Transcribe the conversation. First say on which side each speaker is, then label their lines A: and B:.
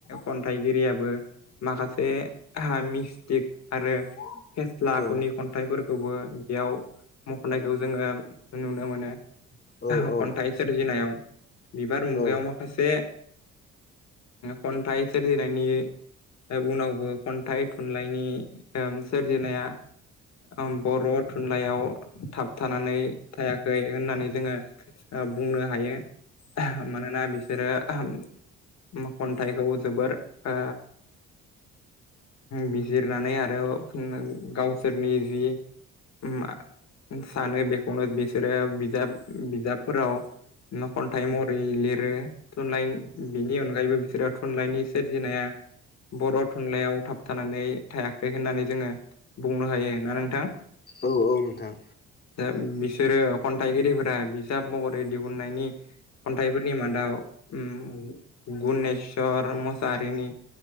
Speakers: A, on the left (about 60°); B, on the left (about 35°).
A: खन्थाइगिरियाबो माखासे मि तिक आरो फेस्ला आखुनि
B: औ
A: खन्थाइफोरखौबो बेयाव मख'नायखौ जोङो नुनो मोनो। खन्थाइ
B: औ औ
A: सोरजिनायाव बिबार मुगायाव
B: औ
A: माखासे खन्थाइ सोरजिनायनि उनावबो खन्थाइ थुनलाइनि ओम सोरजिनाया उम बर'थुनलाइयाव थाब थानानै थायाखै होननानै जोङो ओ बुंनो हायो। मानोना बिसोरो ओहोम खन्थाइखौ जोबोर ओ बिजिरनानै आरो रोव गावसोरनि जि उम मा सानो बेखौनो बिसोरो बिजाब बिजाबफोराव न'खन्थाइ महरै लिरो थुनलाइ बिनि अनगायैबो बिसोरो थुनलाइनि सोरजिनाया बर' थुनलाइयाव थाबथानानै थायाखै होननानै जोङो बुंनो हायो ना नोंथां।
B: औ औ नोंथां।
A: दा बिसोरो खन्थाइगिरिफोरा बिजाब महरै दिहुननायनि खन्थाइफोरनि मादाव ओ गुनेशर मसाहारिनि